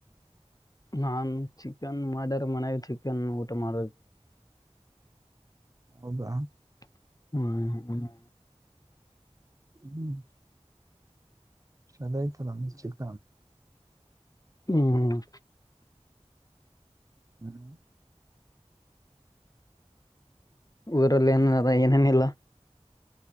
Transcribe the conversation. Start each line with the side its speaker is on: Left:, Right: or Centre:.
Left: ನಾನ್ ಚಿಕನ್ ಮರ್ ಮನೆ ಚಿಕನ್ ಊಟ ಮಾಡ
Right: ಹೌದಾ
Left: ಹ್ಮ
Right: ಹ್ಮ್ ಸಲತಾಮ ಸಿಿಕ
Left: ಹ್ಮ್್ಮ
Right: ಹ್ಮ್
Left: ಊರಲ್ಲಿ ಏನದ ಏನೇನಿಲ್ಲ